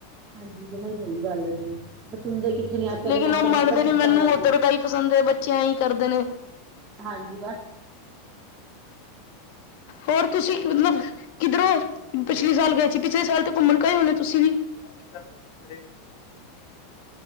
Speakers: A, on the right; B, on the left.
A: ਹਾਂਜੀ, ਜਵਾਂ ਈ ਸਹੀ ਗੱਲ ਜੀ। ਬਸ ਸੁਣਦੇ ਕਿੱਥੇ ਨੇ ਅੱਜ ਕੱਲ੍ਹ
B: ਲੇਕਿਨ
A: ਦੇ ਨਿਆਣੇ
B: ਉਹ
A: ਤੁਹਾਨੂੰ
B: ਮੰਨਦੇ
A: ਪਤਾ
B: ਨੀ
A: ਜਿੱਦਾਂ
B: ਮੈਨੂੰ
A: ਕਰਕੇ
B: ਉੱਧਰ ਤਾਂ ਹੀ ਪਸੰਦ ਹੈ ਬੱਚਿਆਂ ਹੀ ਕਰਦੇ ਨੇ।
A: ਹਾਂਜੀ, ਬਸ
B: ਹੋਰ ਤੁਸੀਂ ਮਤਲਬ ਕਿੱਧਰੋਂ ਪਿਛਲੇ ਸਾਲ ਗਏ ਸੀ ਪਿਛਲੇ ਸਾਲ ਤੇ ਘੁੰਮਣ ਗਏ ਹੋਣੇ ਤੁਸੀਂ ਵੀ? <unintelligible>